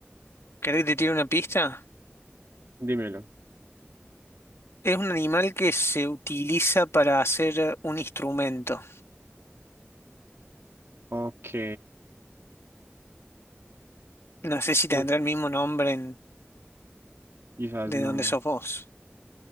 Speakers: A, on the left; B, on the right.
A: ¿Querés que te tire una pista?
B: Dímelo.
A: Es un animal que se utiliza para hacer un instrumento.
B: Ok.
A: No sé si
B: Uf,
A: tendrá el mismo nombre en-
B: quizás
A: de
B: no.
A: donde sos vos.